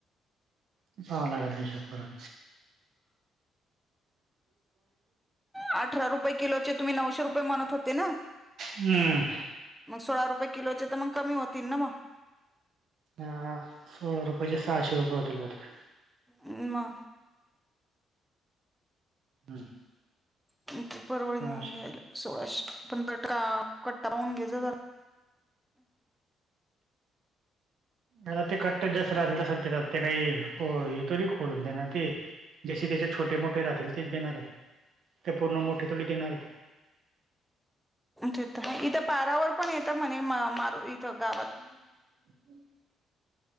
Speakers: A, on the right; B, in the centre.
A: बगावं लागल हिशोब करून.
B: अठरा रुपये किलोचे तुम्ही नऊशे रुपये म्हणत होते ना?
A: हम्म
B: मग सोळा रुपये किलोचे तर मग कमी होतील ना मग.
A: हां, सोळा रुपयाचे सहाशे रुपये होतील बहुतेक.
B: अमऽ
A: हम्म.
B: किती परवडेल
A: सहाशे
B: मगं घ्यायला? सोळाशे पण पटका कट्टा पाहून घ्यायच जर
A: आता ते कट्ट्या जास्त राहिल तस ते काही, हो तोरी खोलून दे ना ते. जसे त्याच्या छोटे मोठे राहतील तेच देणारे,, ते पूर्ण मोठे थोडी देणारे ए ते.
B: ते तर हाय,,, इथं पारावर पण येतं म्हणे मार इथं गावात
A: <inaudible>